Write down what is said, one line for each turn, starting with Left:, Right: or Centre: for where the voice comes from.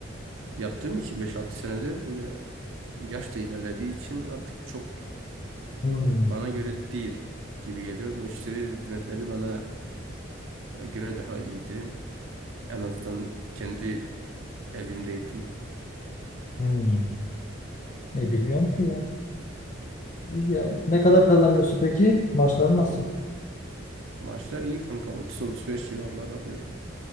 Right: yaptığım için beş altı senedir bir de yaş da ilerlediği için artık çok
Left: Hmm.
Right: bana göre değil gibi geliyor. Müşteri hizmetleri bana göre daha iyiydi. En azından kendi evimdeydim.
Left: Hmm. E, bilmiyorum ki ya. Ya, ne kadar kazanıyorsun peki? maçları nasıl?
Right: Maaşlar iyi kanka 30-35 civarları alıyorum.